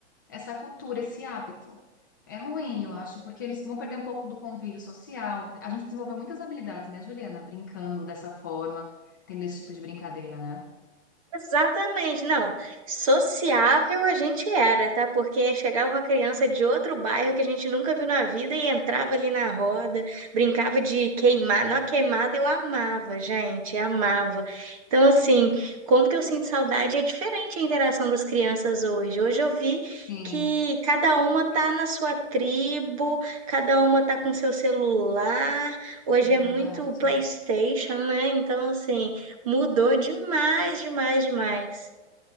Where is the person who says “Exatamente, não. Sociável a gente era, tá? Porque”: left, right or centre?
Right